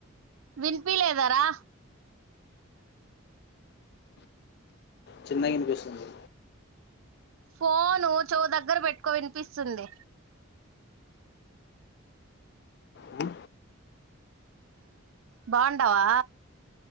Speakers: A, on the right; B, on the left.
A: విన్పియాలేదారా
B: చిన్నగా వినిపిస్తుంది
A: ఫోను చేవు దగ్గర పెట్టుకో వినిపిస్తుంది
B: ఆ?
A: బావుండావా